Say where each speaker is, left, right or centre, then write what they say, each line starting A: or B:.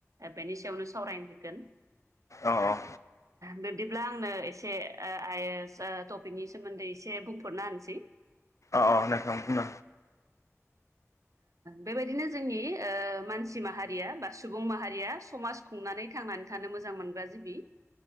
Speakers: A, on the right; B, on the left.
A: बेनि सायावनो सावरायगोन।
B: औ
A: बिब्दिब्ला आंनो एसे आइस टपिकनि सोमोन्दै एसे बुंथरना होनसै। <inaudible>
B: अ नोंथां बुं
A: बेबायदिनो जोंनि ओ मानसि माहारिया बा सुबुं माहारिया समाज खुंनानै थांनानै थानो मोजां मोनग्रा जिबि